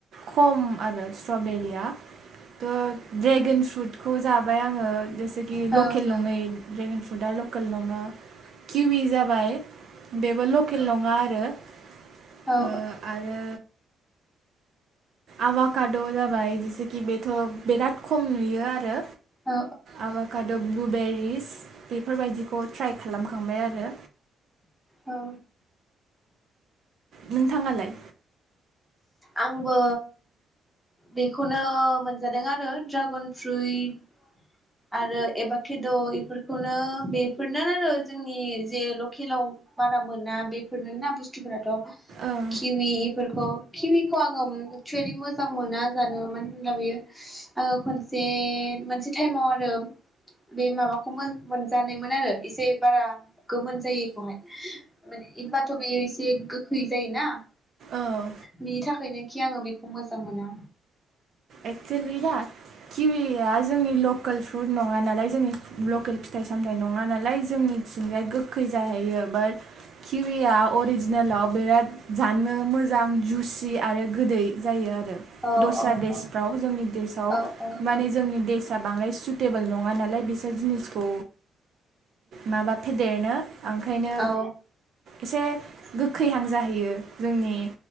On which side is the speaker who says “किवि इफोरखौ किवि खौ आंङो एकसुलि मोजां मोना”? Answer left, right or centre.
Centre